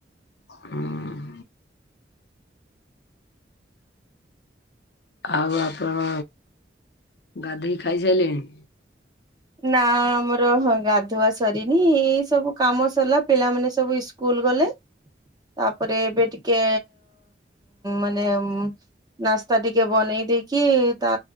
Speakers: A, on the left; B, on the right.
A: ହୁଁ ଆଉ ଆପଣ ଗାଧେଇ କି ଖାଇସାଲେଣି
B: ନା ଆମର ହଁ ଗାଧୁଆ ସରିନି ଏଇ ସବୁ କାମ ସରିଲା ପିଲାମାନେ ତବି ସବୁ ସ୍କୁଲ ଗଲେ ତାପରେ ଏବେ ଟିକେ ମାନେ ନାସ୍ତା ଟିକେ ବନେଇ ଦେଇକି କି ତା